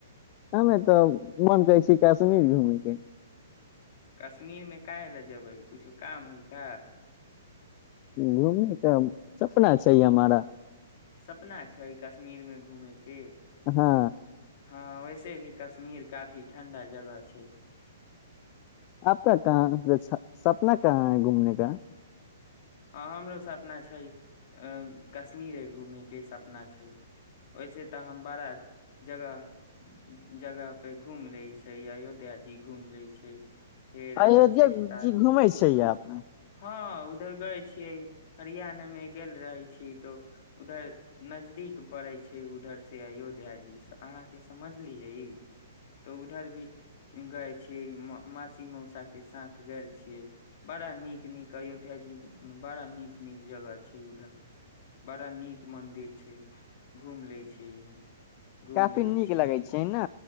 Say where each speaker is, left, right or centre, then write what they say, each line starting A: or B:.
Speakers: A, on the left; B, on the left.
A: हमे तऽ मोन करै छै काश्मीर घूमयके
B: काश्मीरमे काहे ला जबै कुछो काम हइ का
A: घुमने का सपना छै हमारा
B: सपना छै कश्मीर मे घूमेके के
A: हँ
B: हँ ओहिसे से भी कश्मीर काफी ठण्डा जगह छै
A: आपका कहाँ सपना कहाँ है घूमने का
B: हँ हमरो सपना छै कश्मीरे घूमे के सपना छै ओहिसे तऽ हम बड़ा जगह जगह पे घूमि ले छै अयोध्या जी घूमि लै छै फेर
A: अयोध्या
B: अहाँ से बता
A: जी
B: दी
A: घुमै छै यहाँ पे
B: हँ उधर गइल छियै हरियाणा मे गेल रहै छियै तऽ उधर नजदीक पड़ै छै उधर से अयोध्या जी सब अहाँके समझलियै तऽ उधर भी गएल छियै मासी मौसा के साथ गेल छियै बड़ा नीक नीक अयोध्या जी बड़ा नीक नीक जगह छै उधर बड़ा नीक मंदिर छै घूम लै छियै हम घूम
A: काफी
B: लेले
A: नीक
B: छी
A: लगै छै न